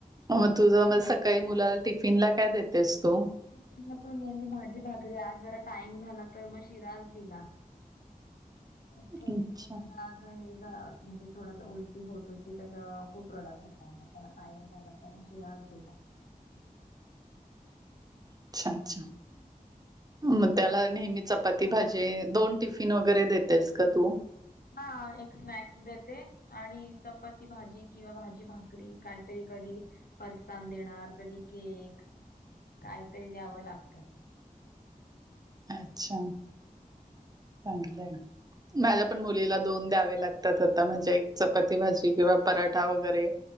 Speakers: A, on the right; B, on the left.
A: मग तुझ म सकाळी मुलाला टिफिन ला काय देतेस तू
B: तो नेहमी भाजी भाकरी आज जरा टाइम झाला तर मग शिरास दिला
A: <unintelligible>
B: एक
A: अच्छा.
B: छोट्या मुलाला हे म्हणजे थोडसा उलटी होत होती तर खूप प्रोडक्ट होता मग त्याला काय झालं लास दिला
A: अच्छा अच्छा मग त्याला नेहमी चपाती भाजी दोन टिफिन वगैरे देतेस का तू
B: हा एक स्नॅक्स देते आणि चपाती भाजी किंवा भाजी भाकरी कायतरी कधी परसान देणार कधी केक काहीतरी द्यावं लागतं
A: अच्छा पज <unintelligible> माझ्या पण मुलीला दोन द्यावे लागतात होता म्हणजे एक चपाती भाजी किंवा पराठा वगैरे